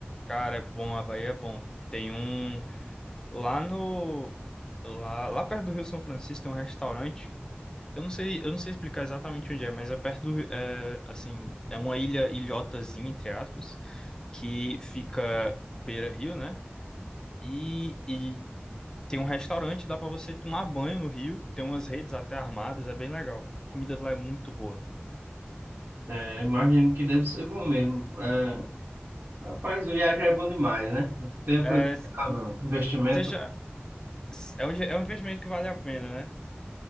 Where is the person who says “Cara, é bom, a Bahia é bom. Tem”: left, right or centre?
Left